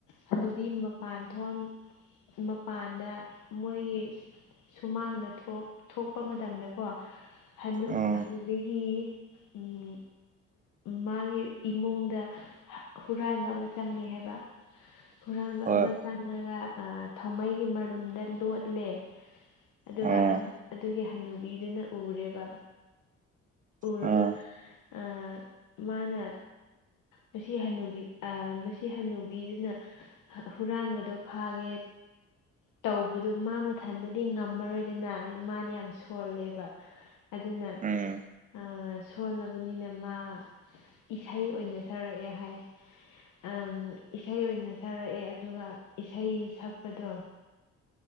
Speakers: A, on the left; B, on the right.
A: ꯍꯅꯨꯕꯤ ꯃꯄꯥꯟ ꯊꯣꯝ ꯃꯄꯥꯟꯗ ꯃꯣꯏꯒꯤ ꯁꯨꯃꯥꯡꯗ ꯊꯣꯛ ꯊꯣꯛꯄ ꯃꯇꯝꯗꯀꯣ ꯍꯅꯨ
B: ꯎꯝ
A: ꯍꯟꯅꯨꯕꯤꯒꯤ ꯎꯝ ꯃꯥꯒꯤ ꯏꯃꯨꯡꯗ ꯍꯨꯔꯥꯟꯕ ꯑꯃ ꯆꯪꯏ ꯍꯥꯏꯕ ꯍꯨꯔꯥꯟꯕ
B: ꯍꯣꯏ
A: ꯑꯃ ꯆꯪꯉꯒ ꯊꯧꯃꯩꯒꯤ ꯃꯔꯨꯞ ꯔꯨꯝꯗ ꯂꯣꯠꯂꯦ ꯑꯗꯨꯒ
B: ꯑꯥ
A: ꯑꯗꯨꯒꯤ ꯍꯟꯅꯨꯕꯤꯗꯨꯅ ꯎꯔꯦꯕ ꯎꯔꯒ
B: ꯑꯥ
A: ꯑ ꯃꯥꯅ ꯃꯁꯤ ꯍꯟꯅꯨꯕꯤ ꯑ ꯃꯁꯤ ꯍꯟꯅꯨꯕꯤꯗꯨꯅ ꯍꯨꯔꯥꯟꯕꯗꯣ ꯐꯥꯒꯦ ꯇꯧꯕꯗꯨ ꯃꯥ ꯃꯊꯟꯗꯗꯤ ꯉꯝꯃꯔꯣꯏꯗꯅ ꯃꯥꯗꯤ ꯌꯥꯝ ꯁꯣꯜꯂꯦꯕ ꯑꯗꯨꯅ
B: ꯎꯝ
A: ꯑ ꯁꯣꯜꯂꯕꯅꯤꯅ ꯃꯥ ꯏꯁꯩ ꯑꯣꯏꯅ ꯁꯔꯛꯑꯦ ꯍꯥꯏ ꯑꯝ ꯏꯁꯩ ꯑꯣꯏꯅ ꯁꯛꯔꯛꯑꯦ ꯑꯗꯨꯒ ꯏꯁꯩ ꯁꯛꯄꯗꯣ